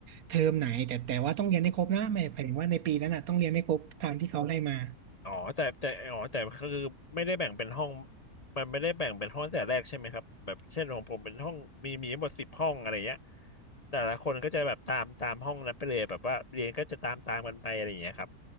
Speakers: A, on the right; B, on the left.
A: เทอมไหนแต่แต่ว่าต้องเรียนให้ครบนะไม่หมายถึงว่าในปีนั้นน่ะต้องเรียนให้ครบตามที่เขาไห้มา
B: อ๋อแต่แต่อ๋อแต่ก็คือไม่ได้แบ่งเป็นห้องมันไม่ได้แบ่งเป็นห้องแต่แรกใช่ไหมครับแบบเช่นของผมเป็นห้องมีมีทั้งหมดสิบห้องอะไรเงี้ยแต่ละคนก็จะแบบตามตามห้องนั้นไปเลยแบบว่าเรียนก็จะตามตามกันไปอะไรอย่างเงี้ยครับ